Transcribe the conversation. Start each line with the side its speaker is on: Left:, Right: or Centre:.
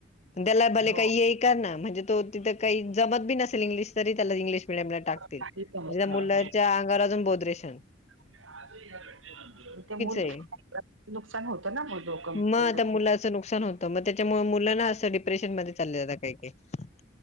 Left: त्याला पण भले
Right: हो
Left: काही येय का ना म्हणजे तो तिथं काही जमत बी नसेल इंग्लिश तरी त्याला इंग्लिश मीडियम ला टाकतील
Right: काही
Left: म्हणजे
Right: जमत
Left: त्या
Right: नाही
Left: मुलांच्या
Right: हो.
Left: अंगावर अजून बोदरेशण.
Right: <unintelligible>
Left: आहे
Right: नुकसान होतं <unintelligible> त्याचा
Left: मग त्या मुलाचं नुकसान होतं. तर म त्याच्यामुळे मुलं ना असं डिप्रेशन मध्ये चाललं जाता काही काही.